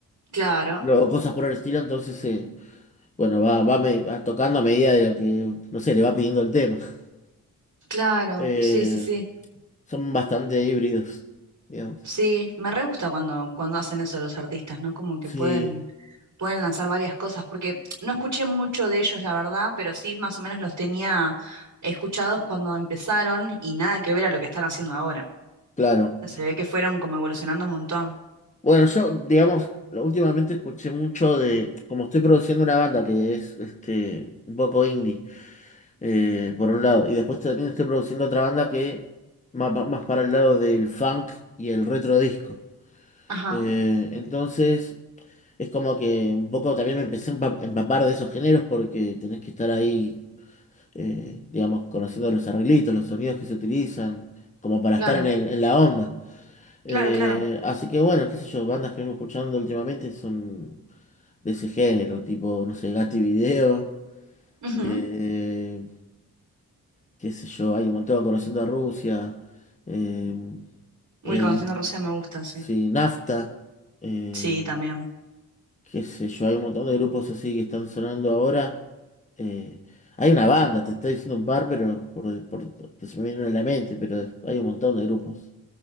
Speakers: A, on the right; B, on the left.
A: Claro,
B: o cosas por el estilo, entonces, eh, bueno, va, va, me- va tocando a medida de lo que, no sé, le va pidiendo el tema. <laughs>
A: claro,
B: Eh,
A: sí, sí, sí.
B: son bastante híbridos, digamos.
A: Sí, me re gusta cuando, cuando hacen eso los artistas, ¿no? Como que
B: Sí,
A: pueden pueden lanzar varias cosas, porque no escuché mucho de ellos, la verdad, pero sí más o menos los tenía escuchados cuando empezaron y nada que ver a lo que están haciendo ahora.
B: claro.
A: O sea, se ve que fueron como evolucionando un montón.
B: Bueno, yo, digamos, lo- últimamente escuché mucho de, como estoy produciendo una banda que es este, un poco indie, eh, por un lado, y después también estoy produciendo otra banda que más, pa- más para el lado del funk y el retro disco.
A: Ajá,
B: Eh, entonces, es como que un poco también me empecé a empa- empapar de esos géneros porque tenés que estar ahí, eh, digamos, conociendo los arreglitos, los sonidos que se utilizan, como para
A: claro,
B: estar en el- en la onda. Eh,
A: claro, claro.
B: así que bueno, qué sé yo, bandas que vengo escuchando últimamente son de ese género, tipo, no sé, Gatti Video,
A: Ujú.
B: eh, qué sé yo, hay un montón, Conociendo a Rusia, eh, eh,
A: Uy, conociendo a Rusia me gusta, sí.
B: sí, Nafta, eh,
A: Sí, también.
B: qué sé yo, hay un montón de grupos así que están sonando ahora. eh, hay una banda, te estoy diciendo un par, pero por, por- que se me vienen a la mente, pero hay un montón de grupos.